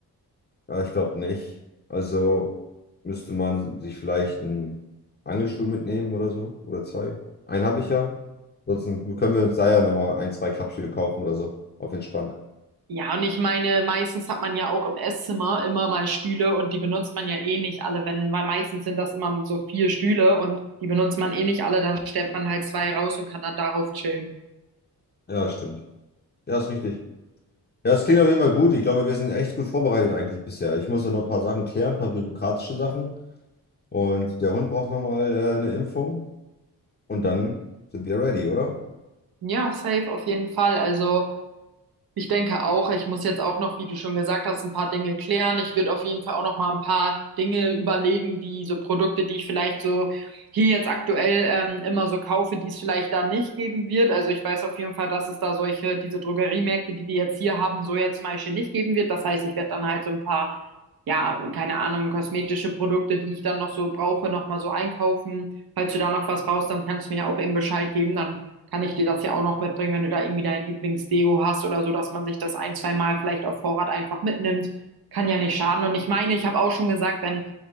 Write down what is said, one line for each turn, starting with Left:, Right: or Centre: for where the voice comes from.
Left: Ja, ich glaube nicht. Also müsste man sich vielleicht einen Angelstuhl mitnehmen oder so. Oder zwei. Einen habe ich ja. Sonst können wir uns da ja nochmal ein, zwei Klappstühle kaufen oder so. Auf entspannt.
Right: Ja, und ich meine, meistens hat man ja auch im Esszimmer immer mal Stühle und die benutzt man ja eh nicht alle, wenn, weil meistens sind das immer so vier Stühle und die benutzt man eh nicht alle, dann stellt man halt zwei raus und kann dann darauf chillen.
Left: Ja, stimmt. Ja, ist richtig. Ja, es klingt auf jeden Fall gut. Ich glaube, wir sind echt gut vorbereitet eigentlich bisher. Ich muss ja noch ein paar Sachen klären, ein paar bürokratische Sachen. Und der Hund braucht nochmal äh, eine Impfung. Und dann sind wir ready, oder?
Right: Ja, safe auf jeden Fall. Also Ich denke auch, ich muss jetzt auch noch, wie du schon gesagt hast, ein paar Dinge klären. Ich würde auf jeden Fall auch noch mal ein paar Dinge überlegen, die so Produkte, die ich vielleicht so hier jetzt aktuell ähm, immer so kaufe, die es vielleicht da nicht geben wird. Also ich weiß auf jeden Fall, dass es da solche, diese Drogeriemärkte, die wir jetzt hier haben, so ja zum Beispiel nicht geben wird. Das heißt, ich werde dann halt so ein paar, ja, keine Ahnung, kosmetische Produkte, die ich dann noch so brauche, noch mal so einkaufen. Falls du da noch was brauchst, dann kannst du mir auch eben Bescheid geben. Dann kann ich dir das ja auch noch mitbringen, wenn du da irgendwie dein Lieblingsdeo hast oder so, dass man sich das ein, zwei Mal vielleicht auf Vorrat einfach mitnimmt. Kann ja nicht schaden. Und ich meine, ich habe auch schon gesagt, wenn